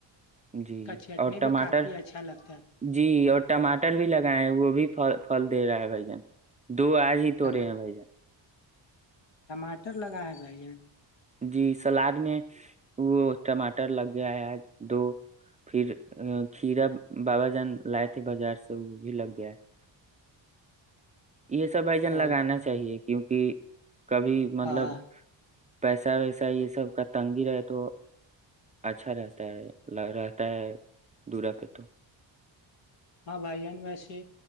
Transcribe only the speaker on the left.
اس کا چٹنی
بھی کافی اچھا لگ
ٹما
ٹماٹر لگایا ہے جائے
او
ہاں
ہاں بھائی جان ویسے